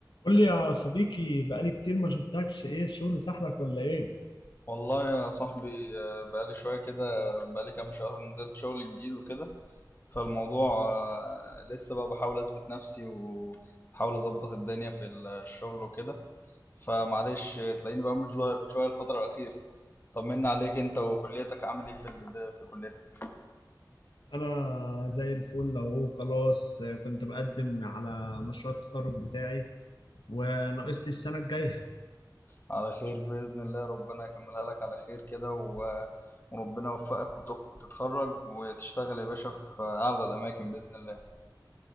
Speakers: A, on the left; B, on the left.
A: قول لي يا صديقي بقالي كتير ما شفتكش ايه الشغل سحلك ولا ايه
B: والله يا صاحبي آه، بقالي شوية كده بقالي كام شهر نزلت شغل جديد وكده فالموضوع آه، لسه بقى بحاول أثبت نفسي وبحاول أظبط الدنيا في الشغل وكده فمعلش آه، تلاقيني بقى مش ظاهر شوية الفترة الأخيرة طمنا عليك أنت وكليتك عامل إيه في ال- في كليتك
A: انا زي الفل اهو خلاص كنت بقدم على مشروع التخرج بتاعي وناقص لي السنة الجاية
B: على خير بإذن الله ربنا يكملها لك على خير كده و- وربنا يوفقك وتخ- وتتخرج وتشتغل يا باشا في أعلى الأماكن بإذن الله